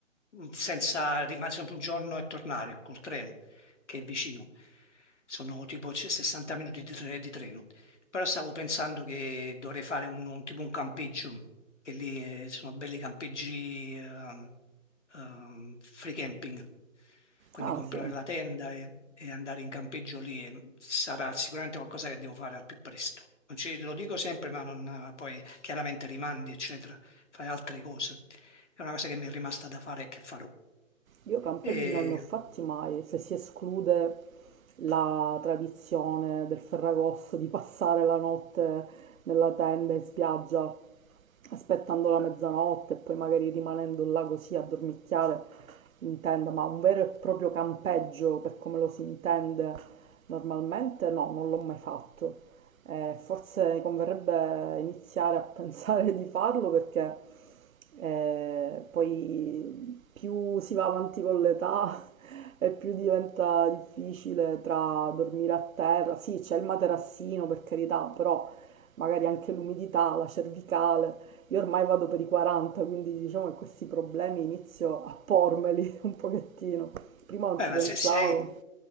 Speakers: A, on the left; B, on the right.
A: senza rimanere sempre un giorno e tornare col treno che è vicino. Sono tipo c- 60 minuti di, tre- di treno. Però stavo pensando che dovrei fare un, un tipo un campeggio, che lì eh, sono belli campeggi ehm, ehm, free camping, quindi
B: Ah,
A: comprare
B: sì.
A: la tenda e, e andare in campeggio lì eh, sarà sicuramente qualcosa che devo fare al più presto. Non ci- lo dico sempre, ma non, eh, poi chiaramente rimandi, eccetera, fai altre cose. È una cosa che mi è rimasta da fare e che farò.
B: Io campeggi
A: E-
B: non ne ho fatti mai, se si esclude la tradizione del Ferragosto di passare la notte nella tenda in spiaggia aspettando la mezzanotte
A: ah,
B: e poi magari rimanendo là così a dormicchiare in tenda, ma un vero e proprio campeggio per come lo si intende normalmente no, non l'ho mai fatto. Eh, forse converrebbe iniziare a <laughs> pensare di farlo perché eh, poi più si va avanti con l'età <laughs> e più diventa difficile tra dormire a terra. Sì, c'è il materassino per carità, però magari anche l'umidità, la cervicale. Io ormai vado per i 40, quindi diciamo che questi problemi inizio a pormeli <laughs> un pochettino. Prima non
A: Beh,
B: ci
A: ma
B: pensavo.
A: se sei,